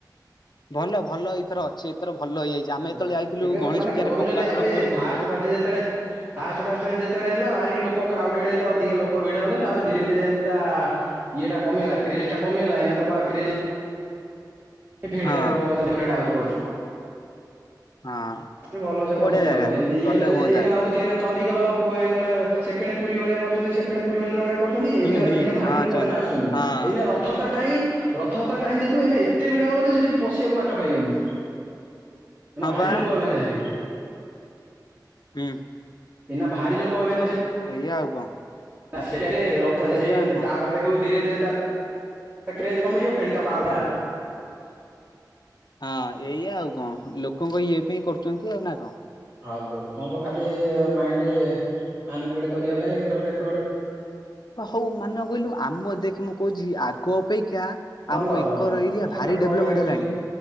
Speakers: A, on the left; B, on the right.
A: ଭଲ ଭଲ ଏଇଥର ଅଛି ଏଥର ଭଲ ହେଇଯାଇଛି। ଆମେ ଯେତେବେଳେ
B: ଏଇଥର
A: ଯାଇଥିଲୁ
B: ଏବେ
A: ଗଣେଶ
B: ମାନେ
A: ପୂଜାରେ
B: କରୁଛନ୍ତି
A: ପ୍ରକାଶର
B: ଏବେ
A: ମୋର ଗୁଲିଆର।
B: ଫାଷ୍ଟ ଫଷ୍ଟେ ଯେତେବେଳେ। ଫାଷ୍ଟ ଫାଷ୍ଟ ଯେତେବେଳେ ହେଲା ଭାରି ଲୋକ କ୍ରାଉଡେଡ ହେଲେ ଅଧିକା ଲୋକ ଭିଡ ହେଲେ ତାପରେ ଧୀରେ ଧୀରେ ଯେତା। ଇଏଟା କମି ହେଲା କ୍ରେଜ ଟା କମି ହେଲା ଏଇ ତ କ କ୍ରେ। ଫେଣି
A: ହଁ
B: ତା କଣ ପୁରାଡାଉରି କରୁଛନ୍ତି।
A: ହଁ।
B: ଆଉଟିକେ ଭଲ ସେ କରୁଛି
A: ବଢିଆ ଜାଗା
B: ଆଉ ଯେମିତି ଇଏ
A: ଗଲେ ହୁଅନ୍ତା
B: ଏଇନା ହୋଉଛି। ଚଣ୍ଡିଖୋଲ ପୁ ଅ ସେକେଣ୍ଡେ ପୁରୀ ଭଳିଆ କରୁଛନ୍ତି ସେକେଣ୍ଡେ ପୁରୀ ମନ୍ଦିର ଭଳିଆ ଚ। କରୁଛନ୍ତି ଏଇ
A: ହୁଁ ହୁଁ
B: ଏଇନା ଭାରି
A: ହଁ
B: ଲୋକମାନେ
A: ଚ
B: ଆସୁଛନ୍ତି
A: ହଁ
B: ଏଇନା ର। ରଥଯାତ୍ରା ଟାଇମି ରଥଯାତ୍ରା ଟାଇମ୍ ଦେଖୁବୁ ଏ ଏତେ ଭିଡ ହବ ଯେ ସେଠି ପଶିବାକୁ ବାଟ ପାଇବୁନି। ଏଇନା
A: ହଁ
B: ଭାରି
A: ବା
B: ଲୋକ ହବେନା ସେଠି।
A: ହୁଁ।
B: ଏଇନା ଭାରି ଲୋକ ହବେ ନା ସେଠି।
A: ସେଇଆ ଆଉ କଣ।
B: ସେ ରଥ
A: ଏଇଆ
B: ସେଇ
A: ଆଉ କଣ
B: ତାପରେ ଦେଖୁ ଧୀରେ ଧୀରେ। କ୍ରେଜ କମିଯିବ ଫେଣି ତକୁ ଆଉଟା ଆଉ।
A: ହଁ ଏଇୟା ଆଉ କଣ ଲୋକଙ୍କ ଇଏ ପାଇଁ କରୁଛନ୍ତି ଆଉ ନା କଣ।
B: ଆଉ ଲୋକଙ୍କ ଖାଲି ମାଇଣ୍ଡ ମାଇନିପ୍ଲେଟ କରିବା ପାଇଁ ଅରାକୁ ଡକୁରେଟ।
A: ହଉ ମାନେ କହିଲୁ ଆମ ଦେଖ ମୁଁ କହୁଛି ଆଗ ଅପେକ୍ଷା।
B: ଭଲ
A: ଆମ ଏକର
B: ଭଲ
A: ଏରିଆ ଭାରି
B: ଠାକୁରଙ୍କ
A: ଡେଭଲପମେଣ୍ଟ
B: ପାଇଁ କରୁଛନ୍ତି।
A: ହେଲାଣି